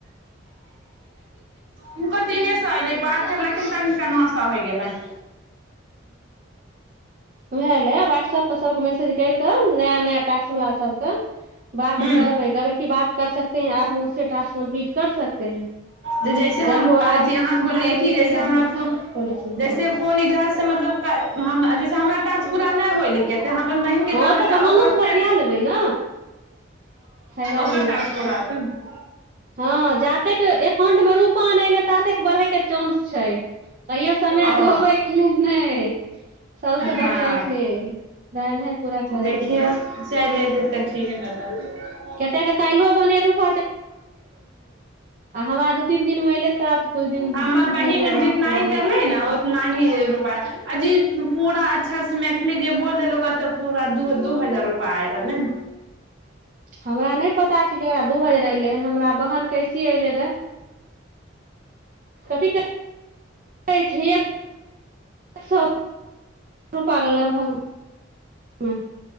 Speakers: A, on the right; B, on the right.
A: हूँनको तीने सए एयलै बात करलखिन तबहिनका नओ सो होइ गेलन
B: उएहले वाट्सएप पर सबके मैसेज करिक क नया नया टास्क वाला सबक बात
A: हुँ
B: करबे कह बइ की बात कर सकते हैं आप मुस टास्क कम्प्लीट कर सकते हैं
A: जे जैसे हम
B: जब आब
A: अथी अहाँके बोललियै
B: टाइम
A: कि
B: मिलेगा
A: जैसे हमरा
B: हम कोल रिसीव
A: जैसे
B: करेंगे
A: फोन इधर से मतलब कल जे हमराटास् पूरा नहि होल ते अहाँ अपन बहिनके
B: हँ
A: करबै
B: तब
A: त
B: अहानो
A: ओकर
B: से
A: पे
B: बतिया लेबै ने फायदा
A: ओकर
B: मिलत
A: टास्क पूरा होतै ने
B: हँ जा तेक एकाउंट मे रूपा नहि एलै त तेक बढ़ैके चानंस छै कहियो समय
A: ओ
B: गबैके लेल नहि सबसे
A: हँ
B: बतियायके लेल पूरा करैके
A: देखियौ
B: लेल
A: चलि अयतै तऽ ठीक न रहतै
B: कतेक के काल्हि बने रुप हमरा दू तीन दिन मे एले तऽ आब कुछ दिन
A: हमर बहिन
B: भेले बात
A: जितना
B: केलियै
A: ही करलै ने उतना ही रूपा अजीब की पूरा अच्छासँ मैथिली जे बोल ओकरा तऽ पूरा दू दू हजार रुपा आ रहलै ने
B: हमरा नहि पता जे केकरा दुहजार एले हमरा बहन कैस एले रह कथी एतय छै एक एक सए रुपैआके लगभगमे